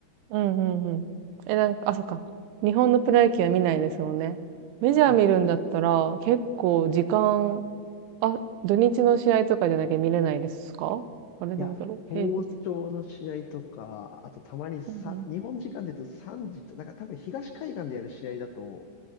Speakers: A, on the right (about 90°); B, on the left (about 85°).
A: うんうんうん。え、なんか、あ、そっか。日本のプロ野球は見ないですもんね。メジャー見るんだったら、
B: そうです。
A: 結構時間、あ、土日の試合とかじゃなきゃ見れないですかあれどうだろう平日。
B: いや、早朝の試合とか、あとたまにさ、
A: うんうん。
B: 日本時間で言うと3時と、なんか多分東海岸でやる試合だと、